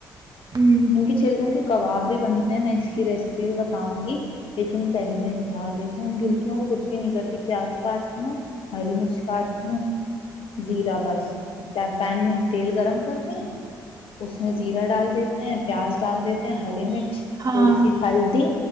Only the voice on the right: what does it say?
رہتی ہ
ہاں